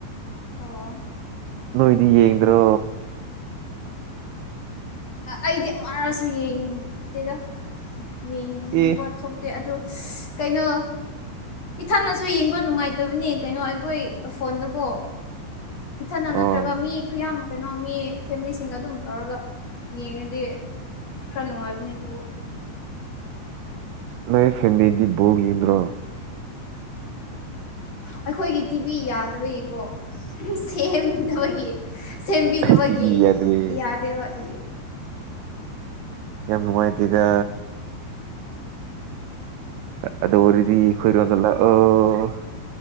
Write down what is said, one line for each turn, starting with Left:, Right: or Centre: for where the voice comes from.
Left: ꯑꯣ
Right: ꯅꯣꯏꯗꯤ ꯌꯦꯡꯗ꯭ꯔꯣ
Left: ꯑꯩꯗꯤ ꯑꯃꯥꯔꯁꯨ ꯌꯦꯡꯗꯦꯗ ꯌꯦꯡꯅꯤꯡꯕ
Right: ꯑꯦ
Left: ꯊꯣꯛꯇꯦ ꯑꯗꯣ ꯀꯩꯅꯣ ꯏꯊꯟꯇꯥꯁꯨ ꯌꯦꯡꯕ ꯅꯨꯡꯉꯥꯏꯇꯕꯅꯤ ꯀꯩꯅꯣ ꯑꯩꯈꯣꯏ ꯐꯣꯟꯗꯀꯣ ꯏꯊꯟꯇꯥ
Right: ꯑꯣ
Left: ꯅꯠꯇ꯭ꯔꯒ ꯃꯤ ꯈꯨꯌꯥꯝ ꯀꯩꯅꯣ ꯃꯤ ꯐꯦꯃꯤꯂꯤꯁꯤꯡꯒ ꯑꯗꯨꯝ ꯇꯧꯔꯒ ꯌꯦꯡꯉꯗꯤ ꯈꯔ ꯅꯨꯡꯉꯥꯏꯕꯅꯤ ꯑꯗꯨꯕꯨ
Right: ꯅꯣꯏ ꯐꯦꯃꯥꯂꯤ꯫ꯗꯤ ꯕꯜ ꯌꯦꯡꯗ꯭ꯔꯣ
Left: ꯑꯩꯈꯣꯏꯒꯤ ꯇꯤꯚꯤ ꯌꯥꯗꯕꯒꯤꯀꯣ ꯁꯦꯝ ꯗꯕꯒꯤ ꯁꯦꯝꯕꯤꯗꯕꯒꯤ
Right: ꯑꯁ ꯇꯤꯚꯤ ꯌꯥꯗ꯭ꯔꯦ
Left: ꯌꯥꯗꯦꯕ ꯑꯗꯨꯒꯤ
Right: ꯌꯥꯝꯅꯨꯡꯇꯦꯗꯥ ꯑꯗꯣ ꯑꯣꯏꯔꯗꯤ ꯑꯩꯈꯣꯏ ꯔꯣꯝꯗ ꯂꯛꯑꯣ